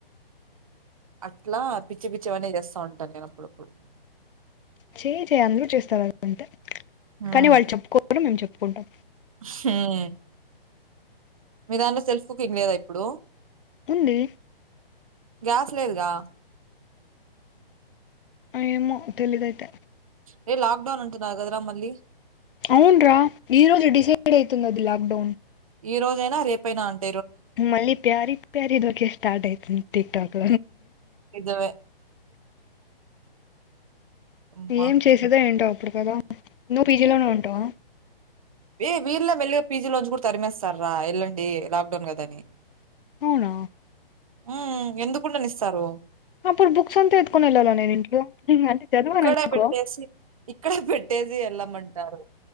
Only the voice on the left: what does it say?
చేయ్ చేయ్ అందరు చేస్తారు అంటే
కానీ వాళ్ళు చెప్పుకోరు మేము చెప్పు కుంటా
ఉందిడి
ఏమో తెలీదుైతే
అవునరా ఈ రోజు డిసైడ్ అవుతుంది అది లాక్ డౌన్
మళ్ళీ ప్యార ప్యార దకే స్టార్ట్ అయితు టిక్ఠాక్
ఏం చేసేదో ఏంటో ఇప్పుడు కదా నువ్ పీజీలోనే ఉంటావా
అవునా
అప్పుడు బుక్స్ అంతా ఎతుకొని వెళ్ళలో నేను ఇంట్లో అంటే చదవాను
అనుకో